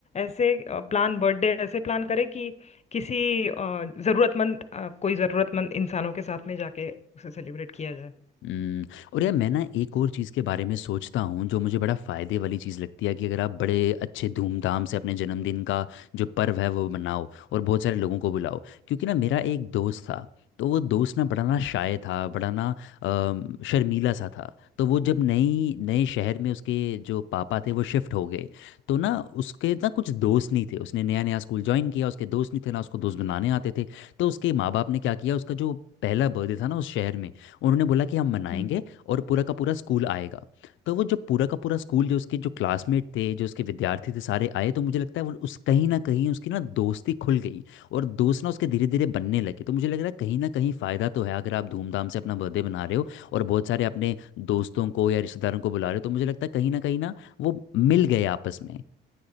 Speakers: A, on the left; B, on the left.
A: ऐसे प्लान बर्थडे ऐसे प्लान करें कि किसी अ, जरूरतमंद अ, कोई जरूरतमंद इंसानों के साथ में जाके उसे सेलिब्रेट किया जाए
B: हम्म, और यार मैं ना एक और चीज़ के बारे में सोचता हूँ जो मुझे बड़ा फ़ायदे वाली चीज़ लगती है कि अगर आप बड़े अच्छे धूमधाम से अपने जन्मदिन का जो पर्व है वो मनाओ और बहुत सारे लोगों को बुलाओ क्योंकि ना मेरा एक दोस्त था तो वो दोस्त ना बड़ा ना शाय था बड़ा ना अम, शर्मीला सा था तो वो जब नई नए शहर में उसके जो पापा थे वो शिफ्ट हो गए तो ना उसके ना कुछ दोस्त नहीं थे उसने नया नया स्कूल ज्वाइन किया उसके दोस्त नहीं थे ना उसको दोस्त बनाने आते थे तो उसके माँ बाप ने क्या किया उसका जो पहला बर्थडे था ना उस शहर में उन्होंने बोला कि हम मनाएंगे
A: हम्म
B: और पूरा का पूरा स्कूल आएगा तो वो जो पूरा का पूरा स्कूल जो उसके जो क्लासमेट थे जो उसके विद्यार्थी थे सारे आए तो मुझे लगता है वो उस कहीं ना कहीं उसकी ना दोस्ती खुल गई और दोस्त ना उसके धीरे धीरे बनने लगे तो मुझे लग रहा है कहीं ना कहीं फ़ायदा तो है अगर आप धूमधाम से अपना बर्थडे मना रहे हो और बहुत सारे अपने दोस्तों को या रिश्तेदारों को बुला रहे हो तो मुझे लगता है कहीं ना कहीं ना वो मिल गए आपस में